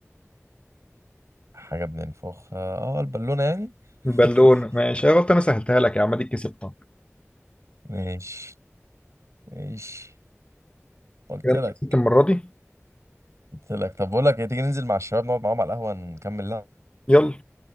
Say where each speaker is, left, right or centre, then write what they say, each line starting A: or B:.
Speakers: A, on the right; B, on the left.
A: حاجة بننفخ اه البالونة يعني
B: البالون
A: <laughs>
B: ماشي يا غلط انا سهلتها لك يا عم دي كسبتها
A: ماشي ماشي قلت
B: كده انت
A: لك
B: كسبت المرة دي
A: قلت لك طب بقول لك ايه تيجي ننزل مع الشباب نقعد معاهم على القهوة نكمل لعب
B: يلا